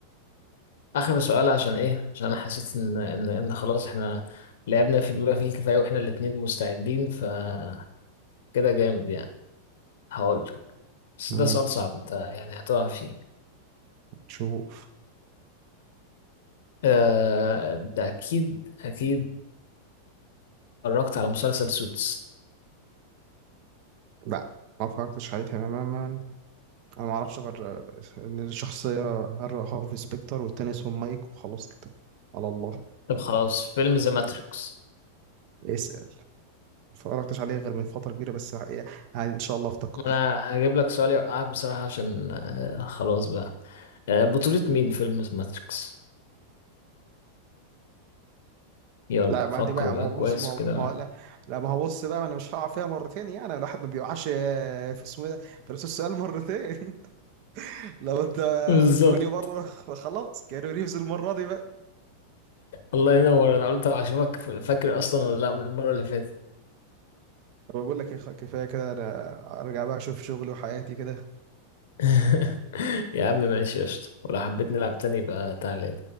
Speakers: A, on the left; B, on the right.
A: اخر سؤال عشان ايه عشان انا حسيت ان ان ان خلاص احنا لعبنا في بما فيه الكفايه واحنا الاتنين مستعدين فكده جامد يعني هقول لك بس
B: مم.
A: ده سؤال صعب انت يعني هتقع فيه
B: شوف
A: آه، انت اكيد اكيد اتفرجت على مسلسل سوتس
B: لا ما فكرتش عليه تماما انا ما اعرفش غير آه، ان الشخصيه هر- هارفي سبيكتر والتاني اسمه مايك وخلاص كده على الله
A: طب خلاص فيلم ذا ماتريكس
B: اس ما اتفرجتش عليه غير من فتره كبيره بس يعني يعني ان شاء الله افتكر
A: انا هجيب لك سؤال يوقعك بصراحه عشان آه، خلاص بقى آه، بطوله مين فيلم ذا ماتريكس يلا
B: لا ما
A: فكر
B: دي بقى
A: بقى
B: ما هو
A: كويس
B: بص ما هو
A: وكده
B: ما
A: بقى
B: هو- لا لا ما هو بص بقى ما انا مش هقع فيها مرتين يعني الواحد ما بيوقعش آه، في اسمه ايه ده في نفس السؤال مرتين <laughs> لو انت
A: <laughs> بالظبط
B: قلته لي مره <laughs> خلاص كانوا ريفز المره دي بقى
A: الله ينور انا قلت اشوفك فاكر اصلا ولا لا من المره اللي فاتت
B: طب بقول لك إيه، خ- كفايه كده انا ارجع بقى اشوف شغلي وحياتي كده
A: <laughs> يا عم ماشي قشطة ولو حبيت نلعب تاني يبقى تعالى